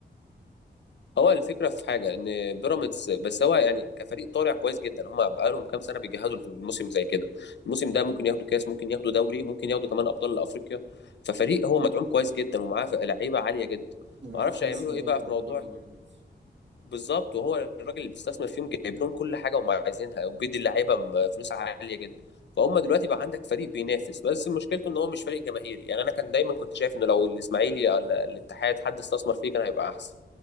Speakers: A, on the left; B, on the right.
A: هو الفكره في حاجه ان بيراميدز بس هو يعني كفريق طالع كويس جدا هم بقالهم كام سنه بيجهزوا الموسم زي كده الموسم
B: <laughs> م-
A: ده ممكن
B: م.
A: ياخدوا كاس ممكن ياخدوا دوري ممكن ياخدوا كمان ابطال افريقيا ففريق هو مدعوم كويس جدا ومعاه لعيبه عاليه جدا
B: ومعاه
A: ما اعرفش
B: فلوس
A: هيعملوا
B: حلوه
A: ايه بقى
B: جدا
A: في موضوع
B: برضه بيراميدز
A: بالظبط وهو الراجل اللي بيستثمر فيهم جايب لهم كل حاجه هم عايزينها وبيدي اللعيبه م- فلوس عاليه جدا فهم دلوقتي بقى عندك فريق بينافس بس مشكلته ان هو مش فريق جماهيري يعني انا كان دايما كنت شايف انه لو الاسماعيلي ولا الاتحاد حد استثمر فيه كان هيبقى احسن